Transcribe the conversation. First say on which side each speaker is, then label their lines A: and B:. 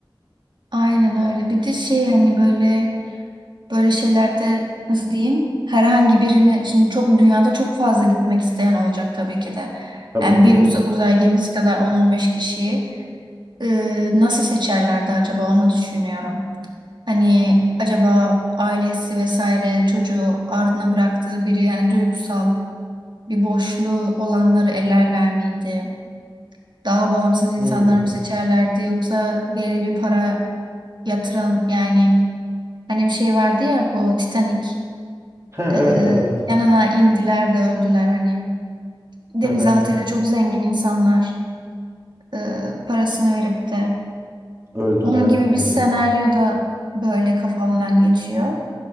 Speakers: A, on the right; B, on the right.
A: Aynen öyle. Bir de şey hani böyle böyle şeylerde nasıl diyeyim? Herhangi birini şimdi çok dünyada çok fazla gitmek isteyen olacak tabii ki de.
B: Tabii
A: Yani
B: ki.
A: bir uza- uzay gemisi kadar on on beş kişiyi e, nasıl seçerlerdi acaba onu düşünüyorum. Hani acaba ailesi vesaire çocuğu ardına bıraktığı biri yani duygusal bir boşluğu olanları elerler miydi? Daha bağımsız insanları
B: Hmm.
A: mı seçerlerdi yoksa belli bir para yatıran yani hani bir şey vardı ya bu Titanic
B: Ha,
A: e,
B: evet evet.
A: yanına indiler de öldüler hani denizaltıyla
B: <laughs>
A: çok zengin insanlar e, parasını verip de
B: Öldüler
A: onun
B: evet
A: gibi
B: denizde.
A: bir senaryoda böyle kafamdan geçiyor.